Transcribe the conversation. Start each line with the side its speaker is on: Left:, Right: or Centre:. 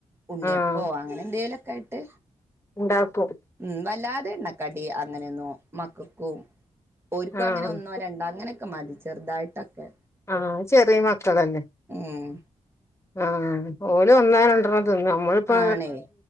Right: ഉണ്ണിയപ്പോ
Left: ആഹ്
Right: അങ്ങനെ എന്തേലൊക്കെ ആയിട്ട്
Left: ഉണ്ടാക്കും
Right: ഉം വല്ലാതെ എണ്ണക്കടി അങ്ങനെ ഒന്നും മക്കൾക്കും ഓര്ക്കും
Left: ആഹ്
Right: അങ്ങനെ ഒന്നോ രണ്ടോ അങ്ങനെയൊക്കെ മതി ചെറുതായിട്ടൊക്കെ
Left: ആഹ് ചെറിയ മക്കളല്ലേ
Right: ഉം
Left: ആഹ് ഓല് ഒന്നോ രണ്ടെണ്ണം തിന്നും നമ്മളിപ്പോ
Right: ആണേ